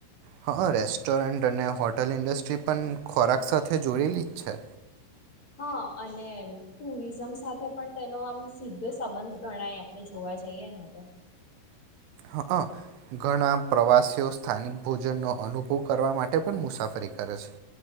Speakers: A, on the right (about 80°); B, on the left (about 30°).
A: હા રેસ્ટોરન્ટ અને હોટલ ઇન્ડસ્ટ્રી પણ ખોરાક સાથે જોડેલી જ છે.
B: હા અને ટુરિઝમ સાથે પણ તેનો આમ સીધો સંબંધ ગણાય આપણે જોવા જઈએ ને તો
A: હ ઘણા પ્રવાસીઓ સ્થાનિક ભોજનનો અનુભવ કરવા માટે પણ મુસાફરી કરે છે.